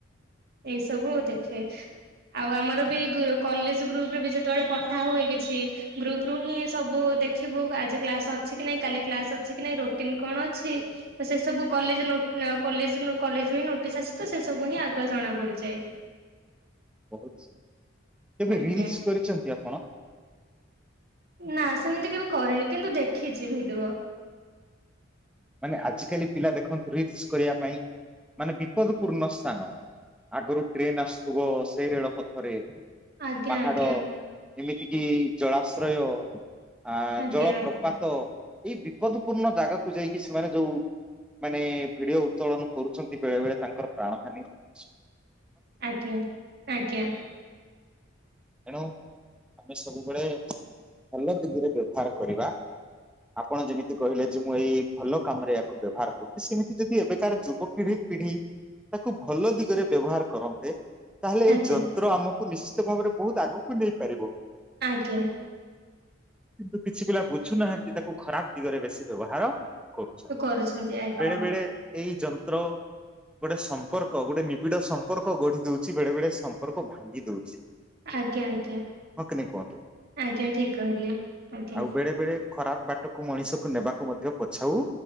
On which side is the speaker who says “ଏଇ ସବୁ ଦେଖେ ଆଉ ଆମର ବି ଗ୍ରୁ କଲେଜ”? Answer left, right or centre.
Right